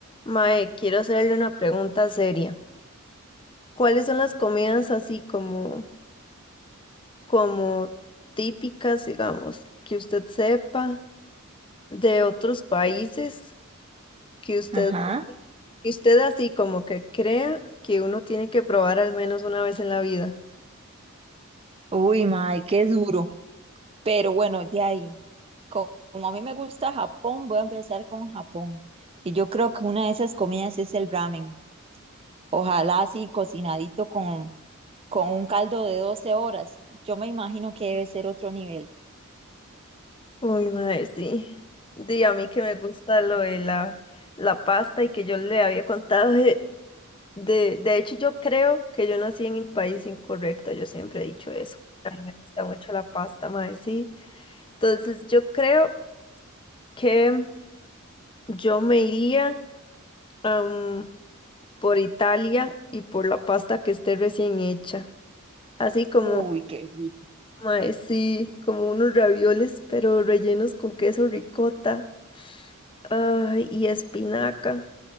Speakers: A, on the left (about 25°); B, on the right (about 25°).
A: Mae, quiero hacerle una pregunta seria. ¿Cuáles son las comidas así como, como típicas, digamos, que usted sepa de otros países que usted,
B: Ajá.
A: que usted así como que crea que uno tiene que probar al menos una vez en la vida?
B: Uy, mae, qué duro. Pero bueno, de ahí, co- como a mí me gusta Japón, voy a empezar con Japón. Y yo creo que una de esas comidas es el ramen. Ojalá así cocinadito con, con un caldo de 12 horas. Yo me imagino que debe ser otro nivel.
A: Uy, mae, sí. Di a mí que me gusta lo de la, la pasta y que yo le había contado de De, de hecho, yo creo que yo nací en el país incorrecto, yo siempre he dicho eso. Me gusta mucho la pasta, mae, sí. Entonces, yo creo que yo me iría am, por Italia y por la pasta que esté recién hecha. Así como,
B: Uy, qué rico.
A: mae, sí, como unos ravioles, pero rellenos con queso ricota, ay, y espinaca.